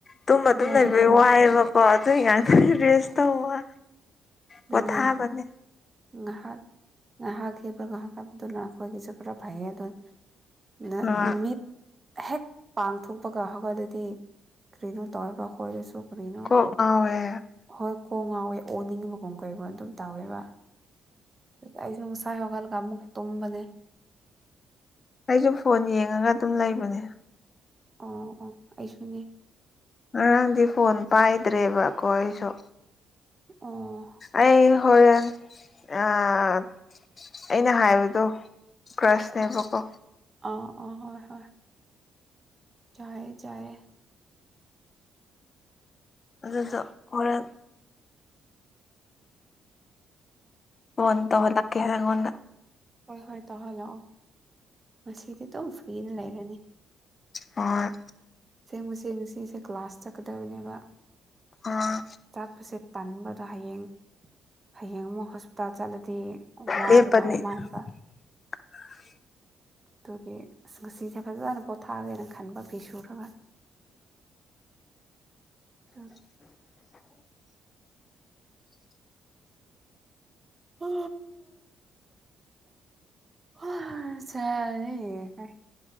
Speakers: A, on the left; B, on the right.
A: ꯇꯨꯝꯕ
B: ꯐꯃꯨꯡꯗ
A: ꯗꯨꯝ ꯂꯩꯕꯩ
B: ꯈꯔ
A: ꯋꯥꯏꯑꯦꯕꯀꯣ ꯑꯗꯨꯏ ꯉꯥꯛꯇꯪ ꯔꯦꯁ꯫ ꯇꯧꯕ
B: ꯅꯅꯦ꯫
A: ꯄꯣꯊꯥꯕꯅꯦ
B: ꯉꯥꯍꯥꯛ ꯉꯥꯍꯥꯛꯍꯤꯞꯄꯒ ꯍꯧꯒꯠꯄꯥꯗꯨꯅ ꯑꯩꯈꯣꯏꯒꯤꯁꯨ ꯈꯔꯥ ꯐꯩꯌꯦ ꯑꯗꯣ꯫ ꯅ
A: ꯑꯥ
B: ꯃꯤꯠ꯫ ꯍꯦꯛ ꯄꯥꯡꯊꯣꯛꯄꯒ ꯍꯧꯒꯠꯂꯗꯤ ꯀꯔꯤꯅꯣ ꯇꯧꯑꯦꯕ ꯑꯩꯈꯣꯏꯗꯁꯨ ꯀꯔꯤꯅꯣ꯫
A: ꯀꯣꯛ ꯉꯥꯎꯋꯦ꯫
B: ꯍꯣꯏ ꯀꯣꯛ ꯉꯥꯎꯋꯦ ꯑꯣꯅꯤꯡ_꯫ ꯨꯎꯝ ꯀꯩꯕꯣꯏ ꯑꯗꯨꯝ ꯇꯧꯋꯦꯕ ꯑꯩꯁꯨ ꯉꯁꯥꯏ ꯍꯧꯒꯠꯂꯒ ꯑꯃꯨꯛ ꯇꯨꯝꯕꯅꯦ꯫
A: ꯑꯩꯁꯨ ꯐꯣꯟ ꯌꯦꯡꯉꯒ ꯑꯗꯨꯝ ꯂꯩꯕꯅꯦ꯫
B: ꯑꯣ ꯑꯣ ꯑꯩꯁꯨꯅꯦ꯫
A: ꯉꯔꯥꯡꯗꯤ ꯐꯣꯟ ꯄꯥꯏꯗ꯭ꯔꯦꯕ ꯀꯣ ꯑꯩꯁꯨ꯫
B: ꯑꯣ꯫
A: ꯑꯩ ꯍꯣꯔꯦꯟ ꯑꯥ꯫ ꯑꯩꯅ ꯍꯥꯏꯕꯗꯣ ꯀꯔꯁꯅꯦꯕꯀꯣ꯫
B: ꯑ ꯑꯣ ꯍꯣꯏ ꯍꯣꯏ꯫ ꯖꯥꯏꯌꯦ ꯖꯥꯏꯌꯦ꯫
A: ꯑꯗꯨꯗꯣ ꯍꯣꯔꯦꯟ꯫ ꯐꯣꯟ
B: ꯎꯝ
A: ꯇꯧꯍꯜꯂꯛꯀꯦ ꯑꯩꯑꯣꯟꯗ꯫
B: ꯍꯣꯏ ꯍꯣꯏ ꯇꯧꯍꯜꯂꯛꯑꯣ ꯉꯁꯤꯗꯤ ꯑꯗꯨꯝ ꯐ꯭ꯔꯤꯗ ꯂꯩꯔꯅꯤ꯫
A: ꯍꯣꯏ꯫
B: ꯁꯦꯝꯃꯨꯁꯦ ꯑꯁꯤꯁꯦ ꯀ꯭ꯂꯥꯁ ꯆꯠꯀꯗꯕꯅꯦꯕ꯫
A: ꯑꯥ꯫
B: ꯆꯠꯄꯁꯦ ꯇꯟꯕ ꯑꯗꯣ ꯍꯌꯦꯡ ꯍꯌꯦꯡ ꯑꯃꯨꯛ ꯍꯣꯁꯄꯤꯇꯥꯜ ꯆꯠꯂꯗꯤ꯫ ꯋꯥꯒꯗꯕꯃ
A: ꯂꯦꯞꯄꯅꯤ
B: ꯃꯥꯟꯕ꯫
A: <inaudible>
B: ꯗꯨꯒꯤ ꯑꯁ ꯉꯁꯤꯁꯦ ꯐꯖꯅ ꯄꯣꯊꯥꯒꯦꯅ ꯈꯟꯕ ꯐꯤ ꯁꯨꯔꯒ꯫ ꯇ ꯎ ꯍ ꯆꯔ